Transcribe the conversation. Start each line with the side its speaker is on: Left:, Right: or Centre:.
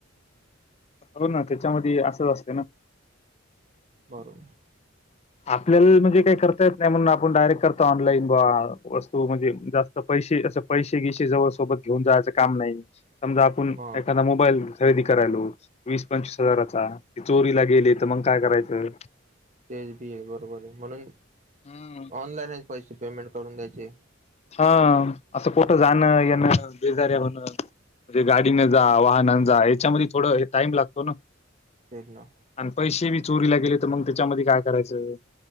Left: हो ना त्याच्यामध्ये अस असते ना
Right: बरोबर
Left: आपल्याला म्हणजे काही करता येत नाही म्हणून आपण डायरेक्ट करतो ऑनलाईन बा वस्तू म्हणजे जास्त पैसे अस पैसे गिसे जवळ सोबत घेऊन जायचं काम नाही समजा आपण
Right: मग
Left: एखादा मोबाईल खरेदी करायलो वीस पंचवीस हजाराचा ते चोरीला गेले तर मग काय करायचं
Right: तेच बी आहे बरोबर आहे म्हणून
Left: हम्म.
Right: ऑनलाईनच पैसे पेमेंट करून द्यायचे
Left: हा असं कुठं जाणं येणं बेजार्या होणं म्हणजे गाडीने जा वाहनान जा याच्यामध्ये थोडं टाइम लागतो ना
Right: तेच ना
Left: आणि पैसे बी चोरीला गेले तर मग त्याच्यामध्ये काय करायचं